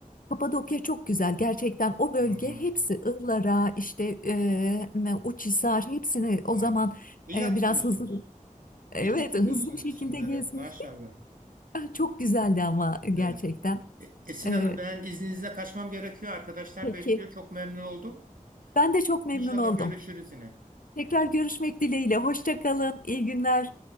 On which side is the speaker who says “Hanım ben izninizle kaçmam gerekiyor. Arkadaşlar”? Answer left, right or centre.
Right